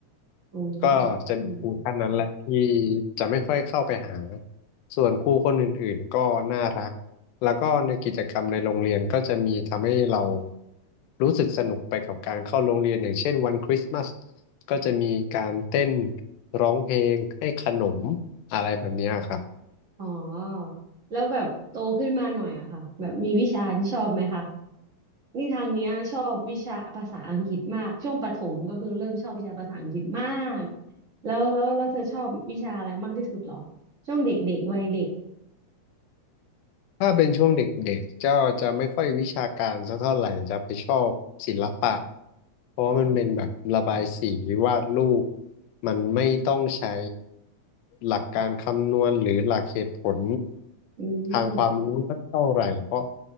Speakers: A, on the right (about 70°); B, on the left (about 85°).
A: อืมอืม
B: ก็จะมีครูท่านนั้นแหละที่จะไม่ค่อยเข้าไปหาส่วนครูคนอื่นๆก็น่ารักแล้วก็ในกิจกรรมในโรงเรียนก็จะมีทำให้เรารู้สึกสนุกไปกับการเข้าโรงเรียนอย่างเช่นวันคริสต์มาสก็จะมีการเต้นร้องเพลงให้ขนมอะไรแบบเนี้ยครับ
A: อ๋อแล้วแบบโตขึ้นมาหน่อยอะค่ะแบบมีวิชาที่ชอบไหมคะนี่ทางเนี้ยชอบวิชาภาษาอังกฤษมากช่วงประถมก็คือเริ่มชอบวิชาภาษาอังกฤษมากแล้วแล้วแล้วเธอชอบวิชาอะไรมากที่สุดเหรอช่วงเด็กๆวัยเด็ก
B: ถ้าเป็นช่วงเด็กๆเจ้าจะไม่ค่อยวิชาการสักเท่าไหร่จะไปชอบศิลปะเพราะว่ามันเป็นแบบระบายสีวาดรูปมันไม่ต้องใช้หลักการคำนวณหรือหลักเหตุผล
A: อืม
B: ทางความรู้สักเท่าไหร่เพราะ